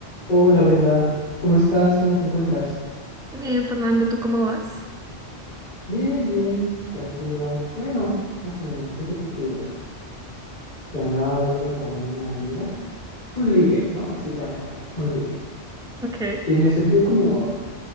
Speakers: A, on the left (about 45°); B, in the centre.
A: Hola Brenda, ¿cómo estás? ¿Cómo te encuentras?
B: Bien, Fernando, ¿tú cómo vas?
A: Bien, bien, tranquilo. Bueno, más o menos. Fíjate que, que andaba hablando con una amiga. Un ligue, ¿no? Así llamémosle, un ligue.
B: Ok,
A: Y me surgió como,